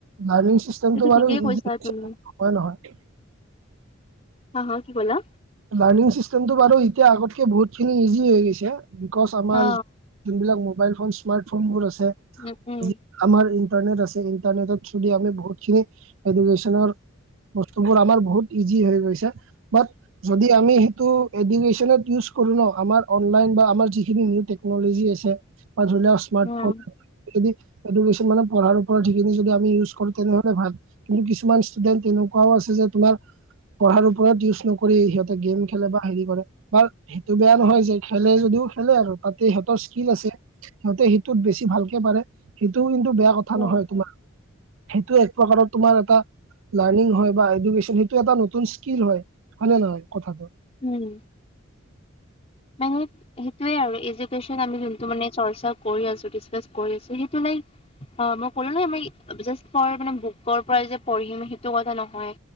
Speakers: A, on the right (about 70°); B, on the left (about 30°).
A: লাৰ্নিং চিষ্টেমটো
B: সেইটো
A: বাৰু
B: ঠিকেই
A: ইজি
B: কৈছা
A: হৈছে
B: তুমি
A: নোহোৱা নহয়।
B: হা হা কি ক'লা
A: লাৰ্ণিং চিষ্টেমটো বাৰু এতিয়া আগতকে বহুতখিনি ইজি হৈ গৈছে বিকজ আমাৰ
B: অ
A: যোনবিলাক মোবাইল ফোন স্মাৰ্টফোনবোৰ আছে।
B: উম উম,
A: যি- আমাৰ ইণ্টাৰনেট, আছে ইণ্টাৰনেটৰ থ্ৰই দি আমি বহুতখিনি এডুকেশ্যনৰ বস্তুবোৰ আমাৰ বহুত ইজি হৈ গৈছে। বাট যদি আমি সেইটো এডুনেশন্যত ইউচ কৰো আমাৰ অনলাইন বা আমাৰ যিখিনি নিউ টেকন'লজী আছে। বা ধৰি লোৱা স্মাৰ্ট
B: উম
A: ফোন যদি এডকেশ্যন মানে পঢ়াৰ ওপৰতসেইখিনি যদি আমি ইউজ কৰো তেনেহলে ভাল। কিন্তু কিছুমান ষ্টুডেন্ট এনেকুৱাও আছে। যে তোমাৰ পঢ়াৰ ওপৰত ইউজ নকৰি কৰি সিহঁতে গেম খেলে বা হেৰি কৰে। বাৰ সেইটো বেয়া নহয় যে খেলে যদিও খেলে আৰু তাতে সিহঁতৰ স্কিল আছে। সিহঁতে সেইটোত বেছি ভালকে পাৰে সেইটোও কিন্তু বেয়া কথা
B: উম
A: নহয় তোমাৰ সেইটো এক প্ৰকাৰৰ তুমাৰ এটা লাৰ্ণিং, হয় বা এডকেন সেইটো এটা নতুন স্কিল হয়। হয়নে নহয় কথাটো।
B: উম, মানে- সেইটোৱে আৰু এডুকেছন আমি যোনটো মানে চৰ্চা কৰি আছো কৰি ডিছকাচ কৰি আছো সেইটো লাইক অঁ' মই কলোঁ নহয় মই যাচ ফৰ মানে বুকৰ পৰাই যে পঢ়িম সেইটো কথা নহয়।